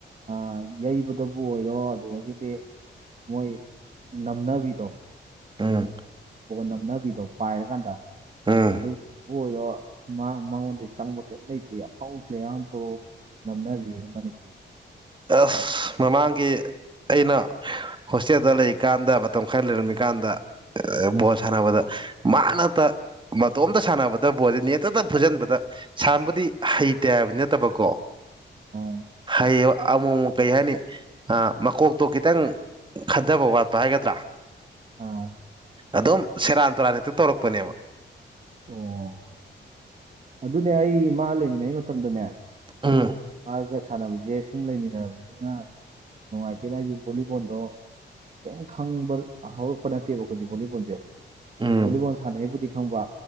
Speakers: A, on the right; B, on the right.
A: ꯑ ꯌꯩꯕꯗꯕꯨ ꯑꯣꯏꯔꯣ ꯑꯗꯨꯗꯒꯤꯗꯤ ꯃꯣꯏ ꯅꯝꯅꯕꯤꯗꯣ
B: ꯑꯝ
A: ꯕꯣꯜ ꯅꯝꯅꯕꯤꯗꯣ ꯄꯥꯏꯔꯀꯥꯟꯗ
B: ꯎꯝ
A: ꯑꯗꯨ ꯑꯣꯏꯔꯣ ꯃꯉꯣꯟꯗ ꯆꯪꯕ ꯀꯔꯤꯝ ꯂꯩꯇ꯭ꯦ ꯑꯐꯥꯎꯕ ꯄ꯭ꯂꯦꯌꯥꯔ ꯑꯃ ꯄꯨꯔꯛ ꯑꯣ ꯅꯝꯅꯖꯤ ꯃꯅꯤꯄꯨꯔꯤ
B: ꯑꯁ ꯃꯃꯥꯡꯒꯤ ꯑꯩꯅ ꯍꯣꯁꯇꯦꯜꯗ ꯂꯩꯔꯤꯀꯥꯟꯗ ꯃꯇꯝ ꯈꯔ ꯂꯩꯔꯝ ꯃꯤꯀꯥꯟꯗ ꯑꯏ ꯕꯣꯜ ꯁꯥꯟꯅꯕꯗ ꯃꯥꯅꯠꯇ ꯃꯇꯣꯝꯇ ꯁꯥꯟꯅꯕꯗ ꯕꯣꯜꯌ‌ꯦ ꯅ‌ꯦꯠꯇꯗ ꯐꯨꯖꯟꯕꯗ ꯁꯥꯟꯕꯨꯗꯤ ꯍꯩꯇꯦ ꯍꯥꯏꯕꯗꯤ ꯅꯠꯇꯕꯀꯣ
A: ꯑꯥ
B: ꯍꯌꯦꯌꯦ ꯑꯃꯨꯛ ꯑꯃꯨꯛ ꯀꯩ ꯍꯥꯏꯅꯤ ꯑ ꯃꯀꯣꯛꯇꯣ ꯈꯤꯇꯪ ꯈꯟꯊꯕ ꯋꯥꯠꯄ ꯍꯥꯏꯒꯗ꯭ꯔꯥ
A: ꯑꯥ
B: ꯑꯗꯨꯝ ꯁꯦꯔꯥꯟ ꯇꯨꯔꯥꯟ ꯍꯦꯛꯇ ꯇꯧꯔꯛꯄꯅꯦꯕ
A: ꯑꯣ ꯑꯗꯨꯅꯦ ꯑꯩ ꯃꯥ ꯂꯩꯃꯤꯟꯅꯩ ꯃꯇꯝꯗꯅꯦ
B: ꯎꯝ
A: ꯃꯥꯒ ꯁ ꯁꯥꯟꯅꯕꯁꯦ ꯁꯨꯝ ꯂꯩꯃꯤꯟꯅꯔꯕꯅꯤꯅ ꯅꯨꯡꯉꯥꯏꯇꯦꯅ ꯑꯩꯁꯨ ꯚꯣꯂꯤꯕꯣꯜꯗꯣ ꯀꯦꯝ ꯈꯪꯕ ꯍꯧꯔꯛꯄ ꯅꯠꯇꯦꯕ ꯑꯩꯈꯣꯏꯗꯤ ꯚꯣꯂꯤꯕꯣꯜꯁꯦ
B: ꯎꯝ
A: ꯚꯣꯂꯤꯕꯣꯜ ꯁꯥꯟꯅꯩꯕꯨꯗꯤ ꯈꯪꯕ